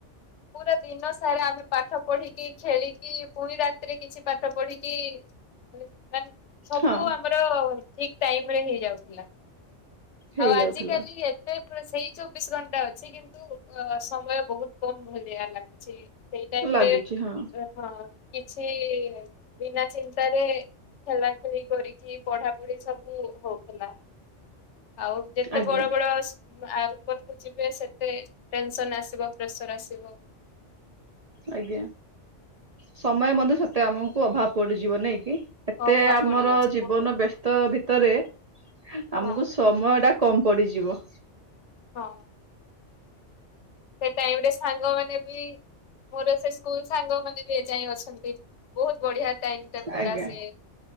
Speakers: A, on the left (about 75°); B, on the right (about 45°).
A: ପୁରା ଦିନ ସାରା ଆମେ ପାଠ ପଢିକି ଖେଳିକି ପୁଣି ରାତିରେ କିଛି ପାଠ ପଢିକି <unintelligible> ମାନେ ସବୁ
B: ହଁ
A: ଆମର ଠିକ ଟାଇମରେ ହେଇଯାଉଥିଲା।
B: ହେଇଯାଉଥିଲା
A: ଆଉ ଆଜିିକାଲି ଏତେ ସେଇ ଚବିଶ ଘଣ୍ଟା ଅଛି କିନ୍ତୁ। ଅ ସମୟ ବହୁତ କମ ଭଳିଆ ଲାଗୁଛି ସେଇ ଟାଇମରେ
B: ଲାଗୁଛି ହଁ
A: ହଁ କିଛି ବିନା ଚିନ୍ତାରେ ଖେଲା ଖେଳି କରିକି। ପଢାପଢି ସବୁ ହଉହେଲା ଆଉ ଯେତେ
B: ଆଜ୍ଞା
A: ବଡ ବଡ ଆଉ ଉପରକୁ ଯିବେ ସେତେ ଟେନସନ ଆସିବ ପ୍ରେସର ଆସିବ।
B: ଆଜ୍ଞା ସମୟ
A: ହଁ
B: ମଧ୍ୟ ସତେ ଆମକୁ ଅଭାବ ପଡିଯିବ ନାଇଁ କି? ଏତେ
A: ଅଭାବ
B: ଆମର
A: ପଡିଯାଉଛି
B: ଜୀବନ
A: ବହୁତ।
B: ବ୍ୟସ୍ତ ଭିତରେ
A: ହଁ
B: ଆମକୁ ସୁ ସମୟଟା କମ ପଡ଼ିଯିବ,
A: ହଁ, ସେ ଟାଇମ୍ ରେ ସାଙ୍ଗ ମାନ ବି ମୋର ସେସ୍ ସ୍କୁଲ ସାଙ୍ଗ ମାନେ ବି ଏ ଯାଇ ଅଛନ୍ତି ବହୁତ ବଢିଆ ଟାଇମ ଟା ଥିଲା
B: ଆଜ୍ଞା
A: ସେ।